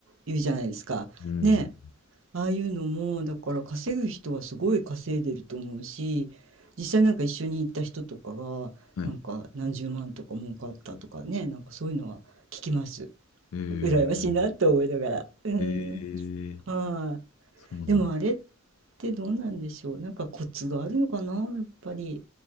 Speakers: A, on the right (about 65°); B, on the left (about 75°).
A: 言うじゃないですか。
B: うん。
A: ね、ああいうのも、だから稼ぐ人はすごい稼いでると思うし、実際なんか一緒に行った人とかが、
B: はい。
A: なんか何十万とか儲かったとかね、なんかそういうのは聞きます。
B: えー、
A: 羨ましいなと思いながら。うん。
B: えー、
A: は
B: そうなんだ。
A: い。でもあれってどうなんでしょう。なんかコツがあるのかな、やっぱり。